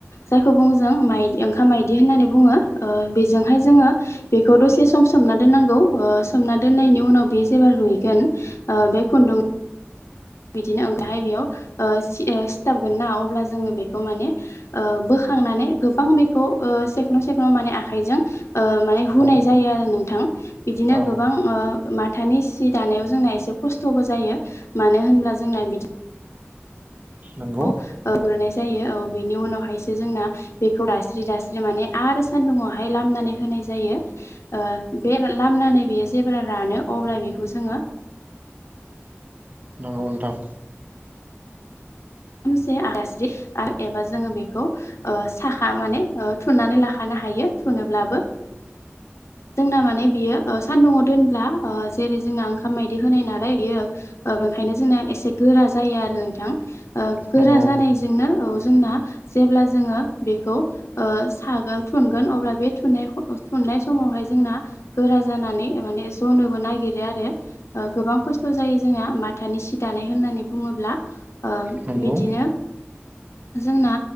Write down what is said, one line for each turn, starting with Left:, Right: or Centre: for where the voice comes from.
Left: जायखौ बुङो जों माइ ओंखाम माइदि होननानै बुङो ओ बेजोंहाय जोङो बे दसे सम सोमना दोननांगौ। ओ सोमना दोननायनि उनाव बे जेब्ला रुइगोन ओ बे खुन्दुं बिदिनो ओंखहाय बेयाव ओ सि सिथाबगोन ना अब्ला जोङो बेखौ माने ओ बो खांनानै गोबां बेखौ ओ सेख्न' सेख्न' माने आखाइजों ओ माने
Right: नंगौ
Left: हुनाय जायो आरो नोंथां। बिदिनो
Right: औ
Left: गोबां ओ माथानि सि दानायाव जोंना एसे खस्थ'बो जायो। मानो होनब्ला जोंना बिदि
Right: नंगौ
Left: खौ ओ <unintelligible> जायो औ बेनि उनावहायसो जोंना बेखौ दास्रि दास्रि माने आरो सान्दुंङावहाय लामनानै होनाय जानो। ओ बे लामनानै बेयो जेब्ला रानो अब्ला बेखौ जोङो
Right: नंगौ नोंथां।
Left: सामसे आस्रि आरो एबा जोङो बेखौ ओ साखा माने ओ थुननानै लाखानो हायो थुनोब्लाबो जोंना माने बियो ओ सान्दुंआव दोनब्ला ओ जेरै जोंना ओंखाम मायदि होनाय नालाय बेयो ओ ओंखायनो जोंना एसे गोरा जायो आ रो नोंथां। ओ गोरा
Right: नंगौ
Left: जानायजोंनो औ जोंना जेब्ला जोङो बेखौ ओ सागोन थुनगोन बे थुननाय ओ थुननाय स समावहाय जोंना गोरा जानानै माने जनोबो नागिरो आरो गोबां ओ खस्थ' जायो जों हा माथानि सि दानाय होननानै बुङोब्ला। ओ
Right: नंगौ
Left: बिदिनो जोंना